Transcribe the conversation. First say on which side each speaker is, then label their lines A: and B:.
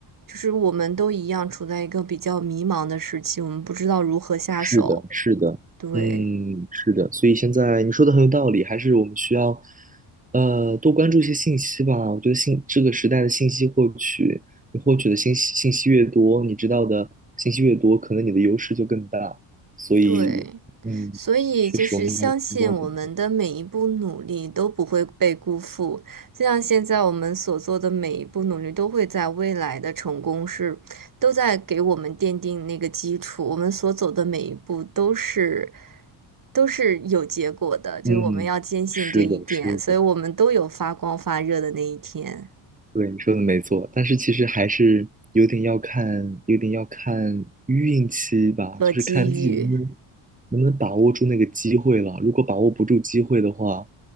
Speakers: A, on the right (about 40°); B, on the right (about 15°).
A: 就是我们都一样处在一个比较迷茫的时期，我们不知道如何下手。
B: 是的，是的，
A: 对。
B: 嗯，是的，所以现在你说的很有道理，还是我们需要，呃，多关注一些信息吧。我觉得信这个时代的信息获取，你获取的信息信息越多，你知道的信息越多，可能你的优势就更大。所以，
A: 对，
B: 嗯，
A: 所以就是相信我们的每一步努力都不会被辜负，
B: 确实我们应该多点，
A: 就像现在我们所做的每一步努力，都会在未来的成功是，都在给我们奠定那个基础，我们所走的每一步都是都是有结果的，就是我们要坚信这一点，
B: 嗯，是的，是的。
A: 所以我们都有发光发热的那一天
B: 对，你说的没错，但是其实还是有点要看，有点要看运气吧，
A: 和机遇。
B: 就是看自己能不能能不能把握住那个机会了。如果把握不住机会的话，